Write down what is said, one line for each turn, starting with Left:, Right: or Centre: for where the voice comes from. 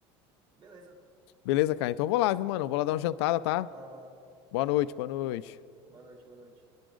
Right: beleza.
Left: Beleza, cara. Então eu vou lá, viu, mano? Eu vou lá dar uma jantada, tá?
Right: Vai lá, vai lá.
Left: Boa noite, boa noite.
Right: Boa noite, boa noite.